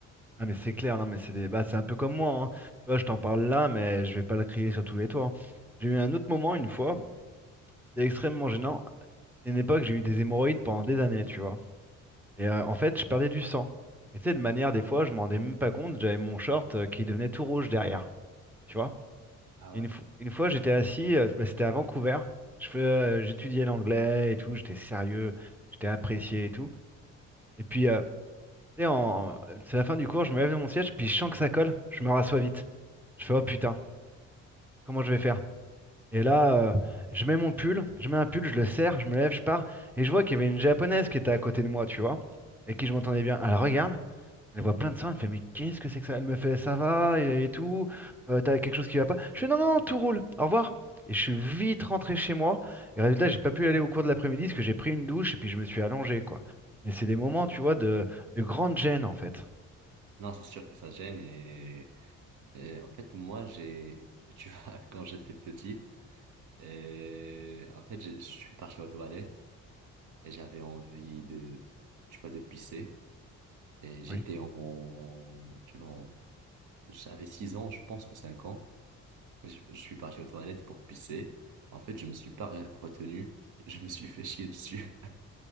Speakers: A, in the centre; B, on the right.
A: Ah mais c'est clair, non mais c'est des... bah, c'est un peu comme moi, hein. Tu vois, je t'en parle là, mais je vais pas le crier sur tous les toits. hein. J'ai eu un autre moment une fois, c'était extrêmement gênant. C'est une époque, j'ai eu des hémorroïdes pendant des années, tu vois. Et euh, en fait, je perdais du sang. Et tu sais, de manière, des fois, je m'en rendais même pas compte, j'avais mon short euh, qui devenait tout rouge derrière, tu vois.
B: Ah
A: Et
B: ouais.
A: une, fo- une fois, j'étais assis, euh, bah, c'était à Vancouver, je fais, euh, j'étudiais l'anglais et tout, j'étais sérieux, j'étais apprécié et tout. Et puis, euh, tu sais, en... c'est la fin du cours, je me lève de mon siège, puis je sens que ça colle, je me rassois vite. Je fais, oh putain. comment je vais faire? Et là, euh, je mets mon pull, je mets un pull, je le serre, je me lève, je pars, et je vois qu'il y avait une japonaise qui était à côté de moi, tu vois, et qui je m'entendais bien. Elle regarde, elle voit plein de sang, elle fait, mais qu'est-ce que c'est que ça? Elle me fait, ça va, et, et tout, euh, t'as quelque chose qui va pas? Je fais, non, non, tout roule, au revoir. Et je suis vite rentré chez moi, et résultat, j'ai pas pu aller au cours de l'après-midi parce que j'ai pris une douche et puis je me suis allongé, quoi. Mais c'est des moments, tu vois, de, de grande gêne, en fait.
B: Non, c'est sûr que ça gêne et, et en fait moi j'ai tu vois <laughs> quand j'étais petit et en fait j'ai je suis parti aux toilettes et j'avais envie de tu vois de pisser et j'étais
A: Oui.
B: en en- tu vois en- j'avais 6 ans je pense ou 5 ans je, je suis parti aux toilettes pour pisser en fait je me suis pas re- retenu <laughs> je me suis fait chier dessus